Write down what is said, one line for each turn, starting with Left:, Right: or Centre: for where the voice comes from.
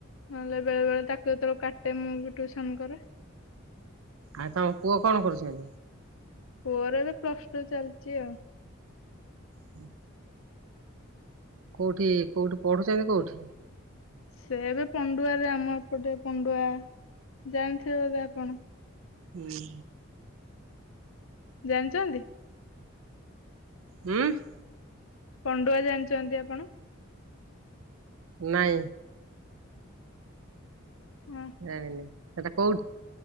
Left: ନହେଲେ ବେଳେ ବେଳେ ତାକୁ ଯେତେବେଳେ କାଟେ ମୁଁ ବି ଟ୍ୟୁଉସନ କରେ।
Right: ଆଉ ତମ ପୁଅ କଣ କରୁଛନ୍ତି?
Left: ପୁଅର ଏବେ ପ୍ଲଶଟୁ ଚାଲିଛି ଆଉ।
Right: ହୁଁ <inaudible> କୋଉଠି କୋଉଠି ପଢୁଛନ୍ତି କୋଉଠି?
Left: ସେ ଏବେ ପଣ୍ଡୁଆରେ ଆମ ଏପଟେ ପଣ୍ଡୁଆ ଜାଣିଥିବ ବୋଧେ ଆପଣ?
Right: ହୁଁ <inaudible>
Left: ଜାଣିଛନ୍ତି?
Right: ହଁ <inaudible>
Left: ପଣ୍ଡୁଆ ଜାଣିଛନ୍ତି ଆପଣ?
Right: ନାହିଁ।
Left: ହଁ
Right: ଜାଣିନୀ ସେଟା କୋଉଠି?